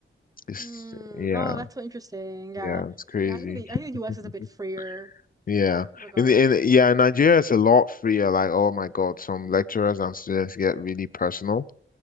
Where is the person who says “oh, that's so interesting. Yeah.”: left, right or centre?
Right